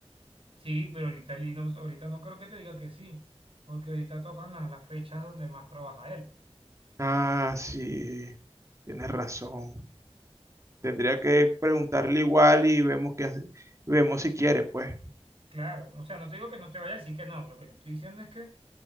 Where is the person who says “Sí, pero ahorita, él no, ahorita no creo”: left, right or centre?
Right